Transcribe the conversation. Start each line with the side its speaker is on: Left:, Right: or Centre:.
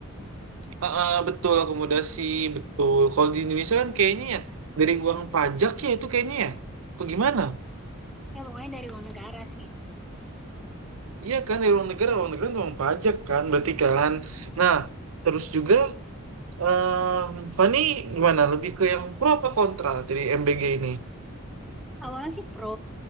Right: Ah, ah, betul akomodasi, betul. Kalau di Indonesia kan kayaknya ya dari uang pajak ya itu kayaknya ya. Apa gimana?
Centre: Ya pokoknya dari luar negara sih itu mah.
Right: Iya kan dari uang negara, uang negara kan uang pajak kan berarti kan. Nah, terus juga eh Fani gimana? Lebih ke yang pro apa kontra dari MBG ini?
Centre: Awalnya sih pro,